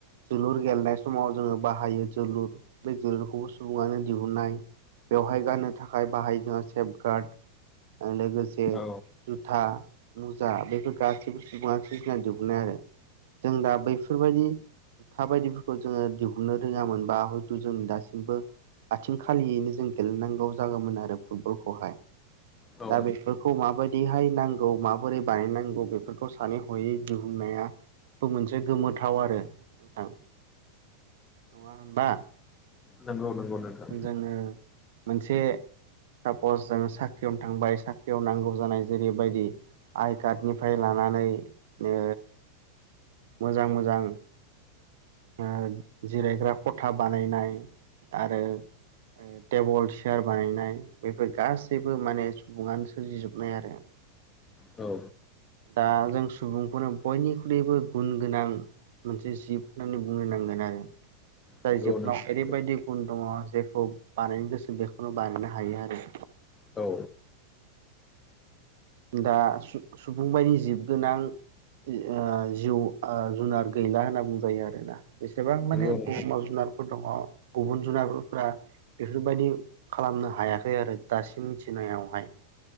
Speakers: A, on the right; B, on the left.
A: जोलुर गेलेनाय समाव जोङो बाहायो जोलुर बे जोलुरखौबो सुबुङानो दिहुननाय। बेवहाय गाननो थाखाय बाहायो जोंहा सेफ गार्ड लोगोसे
B: औ
A: जुथा मुजा बेफोर गासैबो सुबुङा सोरजिना दिहुननाय आरो। जों दा बैफोरबायदि था बायदिफोरखौ जोङो दिहुननो रोङामोनबा हयथ' जों दासिमबो आथिं खालियैनो जों गेलेनांगौ जागौमोन आरो फुटबलखौहाय।
B: औ
A: दा बेफोरखौ माबायदिहाय नांगौ माबोरै बानायनांगौ बेफोरखौ सानै हयै दिहुननायाबो मोनसे गोमोथाव आरो। थां नंङा होनबा
B: नंगौ नंगौ नोंथां
A: जोंङो मोनसे सापस जों साख्रियावनो थांबाय साख्रियाव नांगौ जानाय जेरैबायदि आइ कार्डनिफ्राय लानानै ओ मोजां मोजां ओ जिरायग्रा खथा बानायनाय आरो ओ टेबोल चियार बानायनाय बेफोर गासैबो माने सुबुङानो सोरजिजोबनाय आरो <inaudible>
B: औ।
A: दा जों सुबुंखौनो बयनिख्रुइबो गुन गोनां मोनसे जिब होननानै बुंनो नांगोन आरो जाय
B: नंगौ
A: जोबना
B: नोंथां
A: ओरै बेबायदि गुन दङ जेखौ बानायनो गोसो बेखौनो बानायनो हायो आरो।
B: औ।
A: दा सु-सुबुं बायदि जिब गोनां ओ जिउ ओ जुनार गैला होनना बुंजायो आरोना बेसेबां
B: नंगौ
A: माने
B: नोंथां
A: बुहुमाव जुनारफोर दङ गुबुन जुनारफ्रा बेफोरबायदि खालामनो हायाखै आरो दासिम मिथिनायावहाय